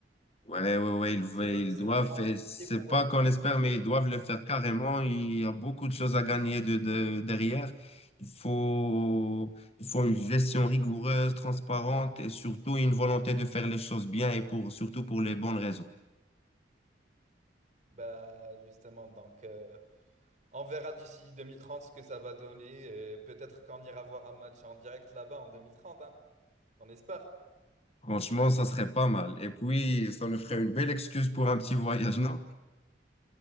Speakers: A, on the left (about 35°); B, on the right (about 40°).
A: Ouais, ouais, ouais, ils, ve-
B: C'est le,
A: ils
B: c'est
A: doivent,
B: le moment
A: et
B: de
A: c'est
B: prier pour
A: pas
B: eux.
A: qu'on espère, mais ils doivent le faire carrément. Il y a beaucoup de choses à gagner de, de- derrière. Il faut, il faut une gestion rigoureuse, transparente et surtout une volonté de faire les choses bien et pour, surtout pour les bonnes raisons.
B: Bah, justement, donc, euh, on verra d'ici 2030 ce que ça va donner. et Peut-être qu'on ira voir un match en direct là-bas en 2030. hein. On espère.
A: Franchement, ça serait pas mal. Et puis, ça nous ferait une belle excuse pour un petit voyage, non?